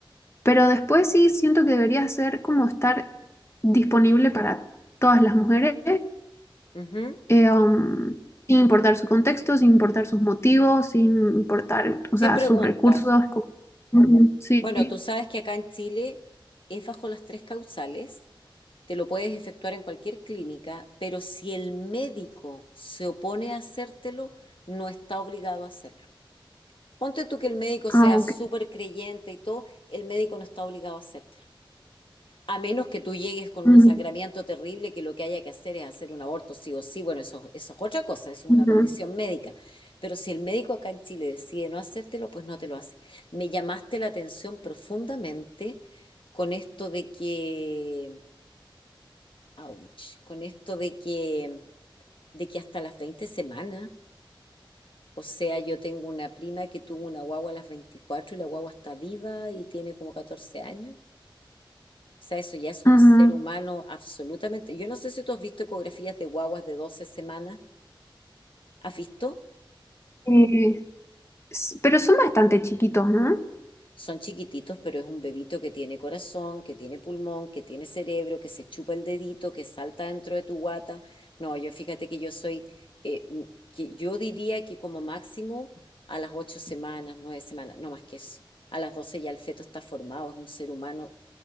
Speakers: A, on the left (about 30°); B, on the left (about 70°).
A: pero después sí siento que debería ser como estar disponible para todas las mujeres,
B: ujú.
A: eh, um, sin importar su contexto, sin importar sus motivos, sin importar, o
B: Sin
A: sea,
B: preguntas.
A: sus recursos. como- Ujú, Sí.
B: Bueno, tú sabes que acá en Chile es bajo las tres causales, te lo puedes efectuar en cualquier clínica, pero si el médico se opone a hacértelo, no está obligado a hacerlo. Ponte tú que el médico
A: Ah,
B: sea
A: ok.
B: súper creyente y todo, el médico no está obligado a hacerlo. A menos que tú llegues con
A: Ujú,
B: un sangramiento terrible, que lo que haya que hacer es hacer un aborto sí o sí, bueno, eso, eso es otra cosa, eso es
A: ujú,
B: una condición médica. Pero si el médico acá en Chile decide no hacértelo, pues no te lo hace. Me llamaste la atención profundamente con esto de que, ouch, con esto de que, de que hasta las 20 semanas, o sea, yo tengo una prima que tuvo una guagua a las 24 y la guagua está viva y tiene como 14 años. O sea, eso ya es un
A: ujú.
B: ser humano absolutamente. Yo no sé si tú has visto ecografías de guaguas de 12 semanas. ¿Has visto?
A: Eh, s- pero son bastante chiquitos, ¿no?
B: Son chiquititos, pero es un bebito que tiene corazón, que tiene pulmón, que tiene cerebro, que se chupa el dedito, que salta dentro de tu guata. No, yo fíjate que yo soy, eh, m- que yo diría que como máximo a las 8 semanas, 9 semanas, no más que eso. A las 12 ya el feto está formado, es un ser humano